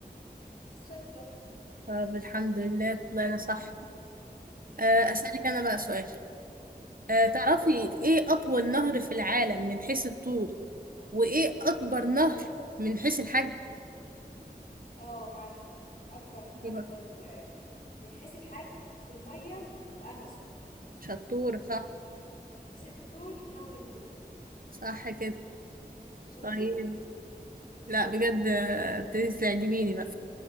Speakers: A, on the left; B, on the right.
A: شاطره
B: طب الحمد لله طلعنا صح آه،
A: مم،
B: أسألك أنا بقى سؤال آه،
A: اسألي
B: تعرفي إيه أطول نهر في العالم من حيث الطول وإيه أكبر نهر من حيث الحجم
A: اه عارفة أكبر أكبر
B: دي بقى
A: آه، من حيث الحجم في المية الأمازون
B: شطورة صح
A: من حيث الطول نهر النيل
B: صح كده
A: شفتي؟
B: طيب لا بجد آه، ابتديتي تعجبيني بقى